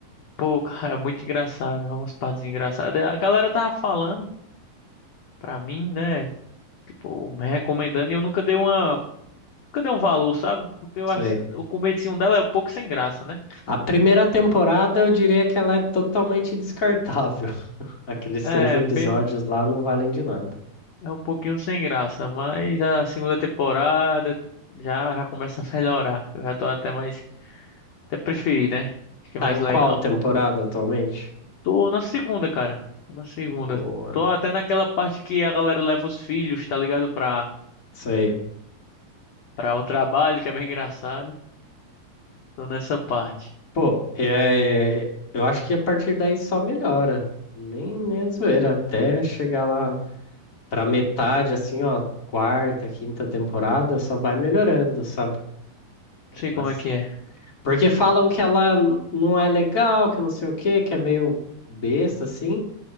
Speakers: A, on the left; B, on the left.
A: pô, cara, muito engraçado, umas partes engraçadas. A galera tava falando pra mim, né, tipo, me recomendando e eu nunca dei uma, nunca dei um valor, sabe? Porque eu,
B: Isso
A: ass-
B: aí.
A: o comecinho dela é um pouco sem graça, né?
B: A primeira temporada eu diria que ela é totalmente descartável. <laughs> Aqueles seis
A: É,
B: episódios
A: bem,
B: lá não valem de nada.
A: É um pouquinho sem graça, mas a segunda temporada já, já começa a melhorar. Eu já tô até mais. Até preferi, né? Achei
B: Tá
A: mais
B: em
A: legal.
B: qual temporada atualmente?
A: Tô na segunda, cara. Tô na segunda.
B: Boa.
A: Tô até naquela parte que a galera leva os filhos, tá ligado? Pra,
B: Isso aí.
A: pra o trabalho, que é bem engraçado. Tô nessa parte.
B: Pô, é, eu acho que a partir daí só melhora. Nem, nem a zoeira, até chegar lá pra metade, assim, ó, quarta, quinta temporada, só vai melhorando, sabe?
A: Não sei
B: Mas,
A: como é que é.
B: porque falam que ela n- não é legal, que não sei o quê, que é meio besta, assim.